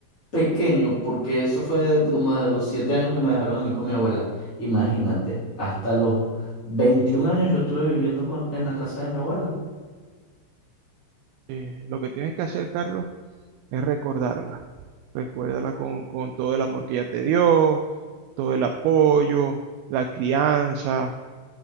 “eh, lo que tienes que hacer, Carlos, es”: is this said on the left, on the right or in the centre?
Right